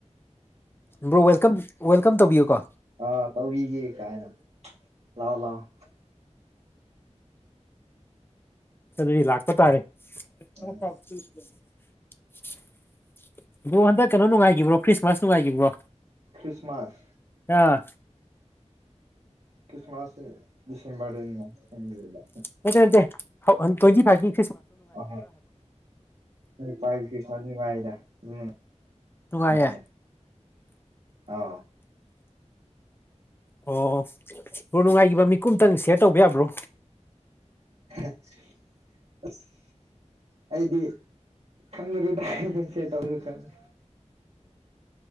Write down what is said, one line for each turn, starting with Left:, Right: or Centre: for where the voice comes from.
Left: ꯭ꯔꯣ ꯋꯦꯜꯀꯝ ꯋꯦꯜꯀꯝ ꯇꯧꯕꯤꯌꯨꯀꯣ
Right: ꯑ ꯇꯧꯕꯤꯒꯦ ꯀꯥꯏꯅ ꯂꯑꯣ ꯂꯑꯣ
Left: ꯑꯗꯨꯗꯤ ꯂꯥꯛꯄ ꯇꯥꯔꯦ
Right: ꯎꯝ
Left: ꯑꯗꯣ ꯍꯟꯗꯛ ꯀꯩꯅꯣ ꯅꯨꯡꯉꯥꯏꯈꯤꯕ꯭ꯔꯣ ꯈ꯭ꯔꯤꯁꯃꯥꯁ ꯅꯨꯡꯉꯥꯏꯒꯤꯈꯤꯕ꯭ꯔꯣ
Right: ꯈ꯭ꯔꯤꯁꯃꯥꯁ
Left: ꯑꯥ
Right: ꯈ꯭ꯔꯤꯁꯃꯥꯁ ꯗꯤꯁꯦꯝꯕꯔꯗ ꯐꯔꯤꯗ
Left: ꯑꯗꯗꯦꯒꯤ ꯐꯒꯤ
Right: ꯑ ꯐꯥꯏ ꯄ ꯐ ꯋꯥꯥꯏꯗ ꯎꯝ
Left: ꯅꯨꯡꯉꯥꯏꯌꯦ
Right: ꯍꯥꯏꯗ ꯑꯥꯎ
Left: ꯑꯣ ꯑꯣ ꯍꯣ ꯅꯨꯡꯉꯥꯏꯈꯤꯕ ꯃꯤꯀꯨꯞ ꯑꯃꯇꯪ ꯁꯤꯦꯌꯔ ꯇꯧꯕ ꯌꯥꯕ꯭ꯔꯣ
Right: ꯑ <unintelligible> ꯑꯩꯗꯤ ꯈꯪꯗ꯭ꯔꯨ ꯇꯥꯏꯁꯦ ꯇꯧꯁꯨ ꯈꯪꯉꯦ